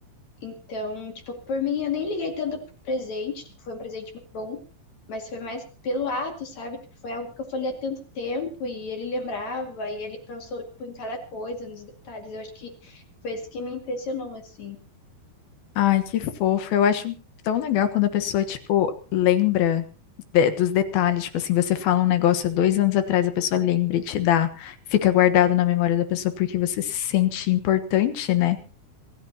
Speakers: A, on the left (about 45°); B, on the left (about 65°).
A: Então, tipo, por mim, eu nem liguei tanto pro presente. Tipo, foi um presente muito bom, Mas foi mais pelo ato, sabe? Tipo, foi algo que eu falei há tanto tempo e ele lembrava e ele pensou, tipo, em cada coisa, nos detalhes. Eu acho que foi isso que me impressionou, assim.
B: Ai, que fofo. Eu acho tão legal quando a pessoa, tipo, lembra de- dos detalhes. Tipo assim, você fala um negócio há dois anos atrás, a pessoa lembra e te dá. Fica guardado na memória da pessoa porque você se sente importante, né?